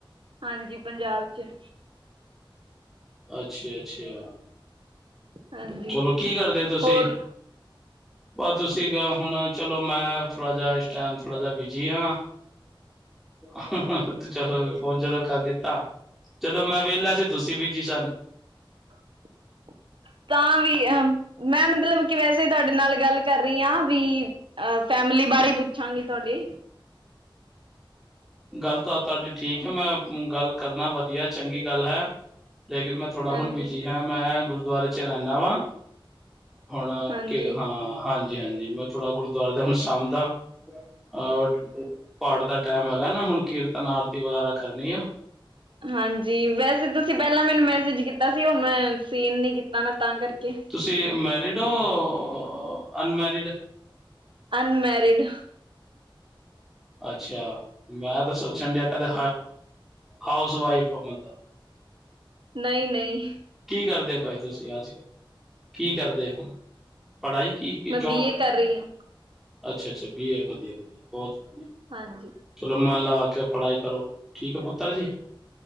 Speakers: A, on the right; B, in the centre.
A: ਹਾਂਜੀ ਪੰਜਾਬ ਚ
B: ਅੱਛਾ-ਅੱਛਾ,
A: ਹਾਂਜੀ
B: ਚਲੋ ਕੀ ਕਰਦੇ ਤੁਸੀਂ?
A: ਹੋਰ
B: ਬ ਤੁਸੀਂ, ਹੁਣ ਚਲੋ। ਮੈਂ ਥੋੜਾ ਜਿਹਾ ਇਸ ਟਾਈਮ ਥੋੜਾ ਜਿਹਾ ਬਿਜੀ ਹਾਂ। ਅਹ-ਅਹ, ਚਲੋ ਫੋਨ ਜਦੋਂ ਕਰ ਲਿਤਾ। ਜਦੋਂ ਮੈਂ ਵਿਹਲਾ ਸੀ ਤੁਸੀਂ ਬੀਜੀ ਸਨ-
A: <unintelligible> ਤਾਂ ਵੀ ਅਹ, ਮੈਂ ਮਤਲਬ ਕਿ ਵੈਸੇ ਹੀ ਤੁਹਾਡੇ ਨਾਲ ਗੱਲ ਕਰ ਰਹੀ ਹਾਂ ਵੀ- ਅ, ਫੈਮਿਲੀ ਬਾਰੇ ਪੁੱਛਾਂਗੀ ਤੁਹਾਡੇ।
B: ਗੱਲ ਤਾਂ ਤੁਹਾਡੀ ਠੀਕ ਹੈ, ਮੈਂ ਗੱਲ ਕਰਨਾ ਵਧੀਆ ਚੰਗੀ ਗੱਲ ਹੈ। ਲੇਕਿਨ, ਮੈਂ ਥੋੜ੍ਹਾ
A: ਹਾਂਜੀ
B: ਹੁਣ ਬਿਜੀ ਹਾਂ। ਮੈਂ ਗੁਰਦੁਆਰੇ ਚ ਰਹਿੰਦਾ ਵਾਂ। ਹੁਣ
A: ਹਾਂਜੀ
B: ਕੇ ਹਾਂ, ਹਾਂਜੀ- ਹਾਂਜੀ ਮੈਂ ਥੋੜ੍ਹਾ ਗੁਰਦੁਆਰੇ ਦਾ ਹੁਣ ਸਾਂਭਦਾ- ਅਹ ਪਾਠ ਦਾ ਟਾਈਮ ਹੈਗਾ ਨਾ ਹੁਣ, ਕੀਰਤਨ ਆਰਤੀ ਵਗੈਰਾ ਕਰਨੀ ਆ।
A: ਹਾਂਜੀ- ਵੈਸੇ ਤੁਸੀਂ ਪਹਿਲਾਂ ਮੈਨੂੰ ਮੈਸੇਜ ਕੀਤਾ ਸੀ। ਉਹ ਮੈਂ ਸੀਨ ਨੀ ਕੀਤਾ ਤਾਂ ਕਰਕੇ!
B: ਤੁਸੀਂ ਮੈਰਿਡ ਹੋ ਅਨਮੈਰਿਡ।
A: ਅਨਮੈਰਿਡ
B: ਅੱਛ- ਮੈਂ ਤਾਂ ਸੋਚਣ ਡ ਕਦੇ ਹਾਊਸ ਵਾਈਫ ਆ ਮਤਲਬ
A: ਨਹੀਂ-ਨਹੀਂ
B: ਕੀ, ਕਰਦੇ ਭਾਈ ਤੁਸੀਂ ਅੱਜ ਕੱਲ। ਕੀ ਕਰਦੇ ਹੁਣ ਪੜ੍ਹਾਈ ਕੀ ਕੀ
A: ਮੈਂ
B: ਜੋਬ
A: ਬੀ ਏ ਕਰ ਰਹੀ ਹਾਂ
B: ਅੱਛਾ-ਅੱਛਾ ਹੈ ਵਧੀਆ ਵਧੀਆ ਬਹੁਤ ਵਧੀਆ
A: ਹਾਂਜੀ
B: ਚਲੋ ਮਨ ਲਗਾ ਕੇ ਪੜ੍ਹਾਈ ਕਰੋ ਠੀਕ ਹੈ ਪੁੱਤਰ ਜੀ